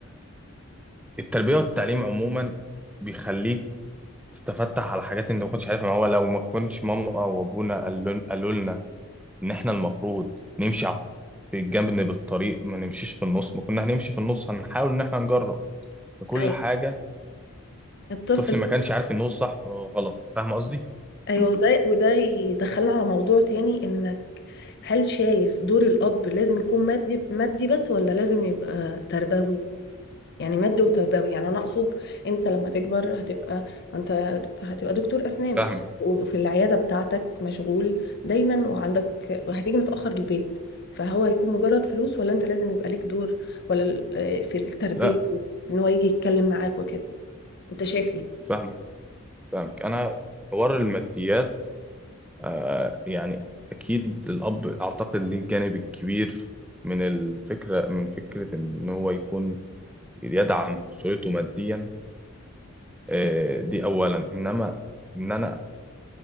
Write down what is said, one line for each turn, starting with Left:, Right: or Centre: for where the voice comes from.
Centre: فالتربية والتعليم عموما بيخليك تتفتح على حاجات انت ما كنتش عارفها ما هو لو ما كنتش ماما او ابونا قالوا قالوا لنا ان احنا المفروض نمشي على في الجنب بالطريق ما نمشيش في النص ما كنا هنمشي في النص هنحاول ان احنا نجرب في كل
Left: ايوه
Centre: حاجه
Left: الطفل
Centre: الطفل ما كانش عارف ان هو صح وغلط فاهم قصدي
Left: ايوه
Centre: <laughs>
Left: وده وده يدخلنا على موضوع تاني انك هل شايف دور الاب لازم يكون مادي مادي بس ولا لازم يبقى تربوي يعني مادي وتربوي يعني انا اقصد انت لما تكبر هتبقى انت هتبقى دكتور اسنان
Centre: فاهمك
Left: وفي العياده بتاعتك مشغول دايما وعندك وهتيجي متاخر البيت فهو هيكون مجرد فلوس ولا انت لازم يبقى ليك دور ولا ال- آه، في التربيه
Centre: لا
Left: ان هو يجي يتكلم معاك وكده انت شايف ايه
Centre: فاهمك فاهمك انا حوار الماديات آه يعني اكيد الاب اعتقد ليه الجانب الكبير من الفكره من فكره ان هو يكون يدعم اسرته ماديا آه دي اولا انما ان انا